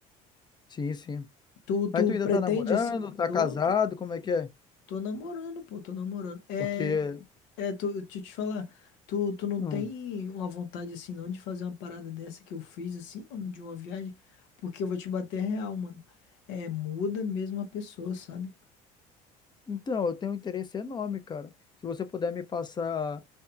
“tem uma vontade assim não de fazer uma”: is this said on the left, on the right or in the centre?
Left